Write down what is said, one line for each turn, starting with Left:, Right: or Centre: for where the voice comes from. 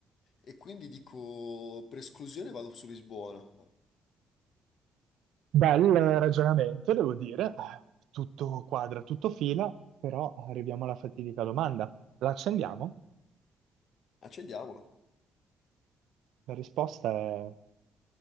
Left: E quindi dico, per esclusione vado su Lisbona.
Right: Bel ragionamento, devo dire. Tutto quadra, tutto fila, però arriviamo alla fatidica domanda. La accendiamo?
Left: Accendiamola.
Right: La risposta è